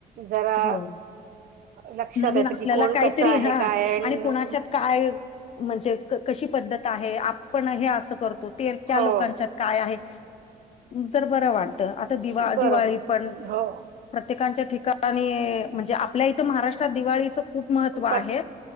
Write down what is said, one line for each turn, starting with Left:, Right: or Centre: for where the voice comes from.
Right: जरा
Left: हो
Right: लक्षात
Left: नवीन
Right: येत
Left: आपल्याला
Right: की, कोण
Left: काहीतरी
Right: कसं आहे
Left: हा
Right: काय आहे. अन
Left: आणि काय म्हणजे, कशी पद्धत आहे आपण हे अस करतो ते त्या
Right: हो
Left: लोकांच्यात काय आहे, जर बरं वाटतं आता दिवा
Right: बरोबर
Left: दिवाळी. पण,
Right: हो
Left: प्रत्येकच्या ठिकाणी म्हणजे, आपल्या इथं महाराष्ट्रात दिवाळीच खूप महत्व आहे,
Right: पत